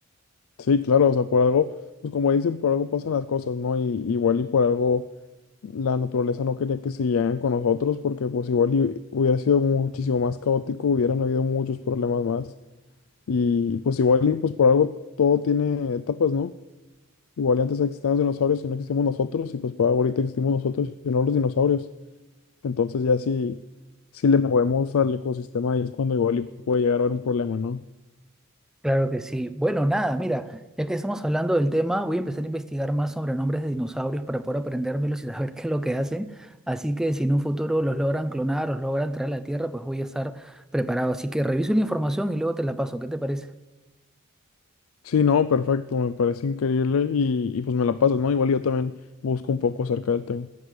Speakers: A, on the left; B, in the centre.
A: Sí, claro, o sea, por algo, pues como dicen, por algo pasan las cosas, ¿no? Y igual y por algo la naturaleza no quería que se siguieran con nosotros, porque pues igual y hubiera sido muchísimo más caótico, hubieran habido muchos problemas más. Y pues igual y pues por algo todo tiene etapas, ¿no? Igual y antes existían los dinosaurios y no existimos nosotros, y pues por algo ahorita existimos nosotros y no los dinosaurios. Entonces ya sí, sí le movemos al ecosistema y es cuando igual y puede llegar a haber un problema, ¿no?
B: Claro que sí. Bueno, nada, mira, ya que estamos hablando del tema, voy a empezar a investigar más sobre nombres de dinosaurios para poder aprendérmelos y saber <laughs> qué es lo que hacen. Así que si en un futuro los logran clonar, los logran traer a la Tierra, pues voy a estar preparado. Así que reviso la información y luego te la paso. ¿Qué te parece?
A: Sí, no, perfecto, me parece increíble y, y pues me la pasas, ¿no? Igual yo también busco un poco acerca del tema.